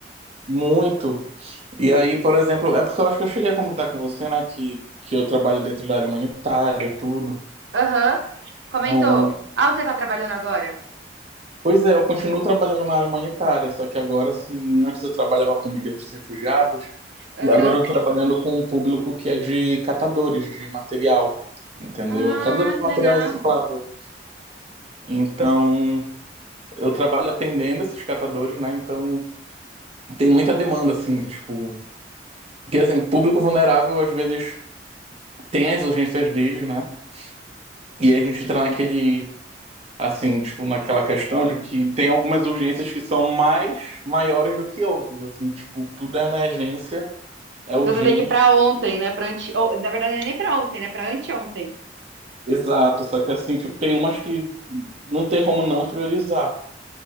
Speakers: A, on the right (about 35°); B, on the right (about 85°).
A: muito. E aí, por exemplo, é porque eu acho que eu cheguei a comentar com você, né, que, que eu trabalho dentro da área humanitária, tudo.
B: Aham. Comentou.
A: Então,
B: Ah, onde você tá trabalhando agora?
A: Pois é, eu continuo trabalhando na área humanitária, só que agora, assim, antes eu trabalhava com migrantes e refugiados, e
B: Aham.
A: agora eu estou trabalhando com um público que é de catadores de material, entendeu?
B: Ah,
A: Catadores de
B: que
A: material
B: legal.
A: reciclável. Então, eu trabalho atendendo esses catadores, né? Então, tem muita demanda, assim, tipo... Porque, assim, público vulnerável, às vezes, tem as urgências deles, né? E aí a gente entra naquele assim, tipo, naquela questão de que tem algumas urgências que são mais maiores do que outras, assim, tipo, tudo é emergência, é urgente,
B: Você tem que ir pra ontem, né? Pra ante... ou, Na verdade, não é nem pra ontem, né? Pra anteontem.
A: exato, só que assim, tipo, tem umas que não tem como não priorizar.